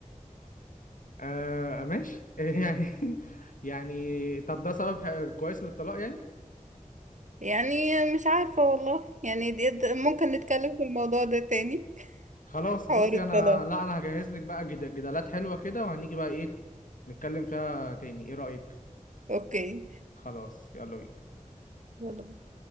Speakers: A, on the left (about 80°); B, on the right (about 65°).
A: آه ماشي <laughs> يعني يعني طب ده سبب ح- كويس للطلاق يعني
B: يعني مش عارفة والله يعني دي دي- ممكن نتكلم في الموضوع ده تاني
A: خلاص
B: حوار
A: بصي
B: الطلاق
A: انا لا انا هجهز لك بقى جد- جدالات حلوة كده وهنيجي بقى ايه نتكلم فيها تاني ايه رأيك
B: اوكي
A: خلاص يلا بينا
B: يلا